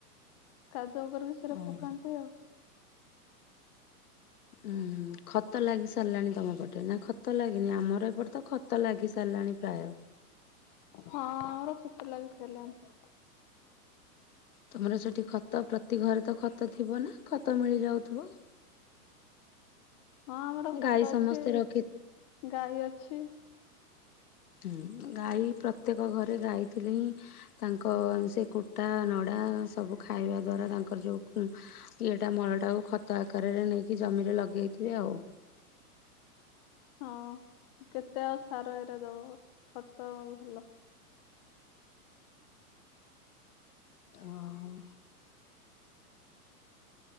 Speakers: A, on the left; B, on the left.
A: କାଦୁଅ କରିକି ସେଟା
B: ଓ
A: ପକାନ୍ତି ଆଉ
B: ଉ ହୁଁ ଖତ ଲାଗି ସାରିଲାଣି ତମ ପଟେ ନା ଖତ ଲାଗିନି ଆମର ଏପଟେ ତ ଖ ତ ଲାଗି ସାରିଲାଣି ପ୍ରାୟ।
A: ହଁ ଆମର ଖତ ଲାଗିସାରିଲାଣି।
B: ତୁମର ସେଠି ଖତ ପ୍ରତି ଘରେ ତ ଖତ ଥିବ ନା ଖତ ମିଳିଯାଉଥିବ।
A: ହଁ ଆମର ଖତ
B: ଗାଈ ସମସ୍ତେ
A: ଅଛି
B: ରଖି
A: ଗାଈ ଅଛି।
B: ହଁ ଗାଈ ପ୍ରତ୍ୟେକ ଘରେ ଗାଈ ଥିଲେ ହିଁ ତାଙ୍କ ସେ କୁଟା ନଡା ସବୁ ଖାଇବା ଦ୍ଵାରା ତାଙ୍କର ଯୋଉ ଇଏଟା ମଳଟାକୁ ଖତ ଆକାରରେ ନେଇକି ଜମିରେ ଲଗେଇଥିବେ ଆଉ।
A: ହଁ କେତେ ଆଉ ସାର ଏରେ ଦବ ଖତ ଭଲ
B: ଆଉ।